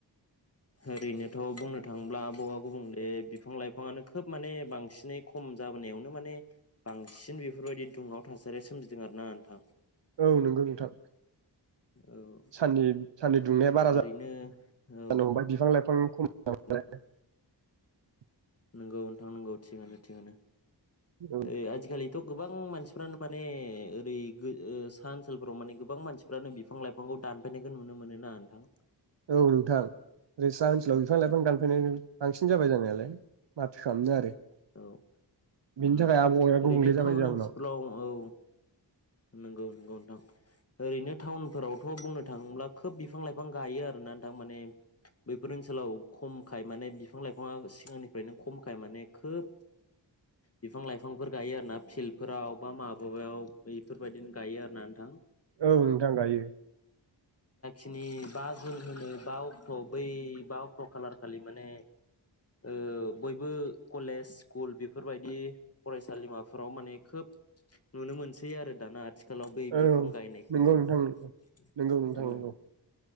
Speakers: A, on the left; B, on the right.
A: ओरैनोथ' बुंनो थाङोब्ला आब'आव गुबुंले बिफां लाइफाङानो खोब माने बांसिनै खम जाबोनायावनो माने बांसिन बेफोरबायदि दुंहाव थासारिया सोमजिदों आरोना नोंथां।
B: औ नंगौ नोंथां।
A: औ
B: साननि साननि दुंनाया बारा
A: ओरैनो
B: जानो
A: औ
B: हमबाय बिफां लाय फां खम
A: <unintelligible>
B: <inaudible>
A: नोंगौ नोंथां नोंगौ थिगानो थिगानो।
B: औ
A: ओइ आजिखालि थ' गोबां मानसिफ्रानो माने ओरै ओ सा ओनसोलफोराव माने गोबां मानसिफ्रानो बिफां लाइफांखौ दानफायनायखौ नुनो मोनो ना नोंथां?
B: औ नोंथां ओ साहा ओनसोलाव बिफां लाइफां दानफैनाय बांसिन जाबाय जानायालाय। माथो खामनो आरो।
A: औ ओम
B: बिनि थाखाय आबहावाया गुबुंले
A: ओरैनो
B: जाबाय
A: टाउन
B: जाउनाव
A: ओनसोलफ्राव औ। नंगौ नंगौ नोंथां ओरैनो टाउनफोरावथ' बुंनो थाङोब्ला खोब बिफां लाइफां गायो आरोना नोंथां माने बैफोर ओनसोलाव खमखाय माने बिफां लाइफाङा सिगांनिफ्रायनो खमखाय माने खोब बिफां लाइफांफोर गायो आरोना फिल्डफोराव बा माबाबायाव बैफोरबायदिनो गायो आरोना नोंथां।
B: औ नोंथां गायो।
A: नि बा जुन होनो बा अक्ट' बै बा अक्ट' खालार खालि माने ओ बयबो कलेज स्कुल बेफोरबायदि फरायसालिमाफोराव माने खोब नुनो मोनसै सै आरो दाना आथि थिखालाव बै बिफां
B: औ
A: गायनायखौ
B: नंगौ नोंथां
A: नोंथां
B: नंगौ नोंथां
A: औ
B: नंगौ